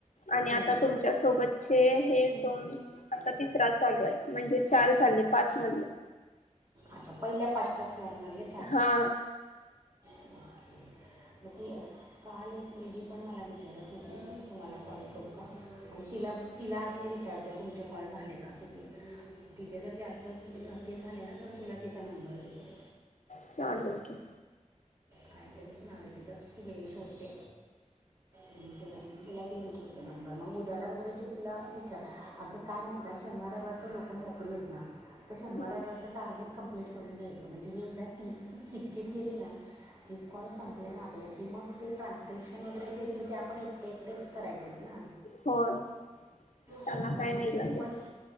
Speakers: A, on the left; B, on the right.
A: आणि
B: हं.
A: आता तुम त सोबतचे हे दोन आता तिसरा चालू आहे म्हणजे चार झाले पाच म
B: अच्छा पहिल्या पाचच्या स्लॉट मधले
A: हा
B: ओके ती काल एक मुलगी पण मला विचारत होती तुम्हाला कॉल करू का तिला तिला आज मी विचारतो ते तुमचे कॉल झाले का किती तिचेे जर जास्त नसतील झाले ना तर तुला तिचा नंबर घेते
A: सलकम
B: काहीतरीच नाव आहे तिचं ठीक आहे मी शोधते आणि तुला तुला देऊन ठेव ते नंबर मग उद्याला वगैरे तू तिला विचार अगं काय माहत का शनवार रवारचा लोक मोकलीत ना तर शनिवार
A: हम्म
B: रविवारच टार्गेट कंप्लेट करून घ्यायचं म्हणजे हे एकदा तीसची किटकिट गेली ना तीस कॉल संप आपल्याला ना आपल्या की मग ते ट्रान्स्क्रिप्शन वगैरे जे येतील ते आपण एकटे एकटेच करायचे आहेत ना
A: होय त्याला
B: ह म्हणजेत
A: काय नाही लागत
B: पण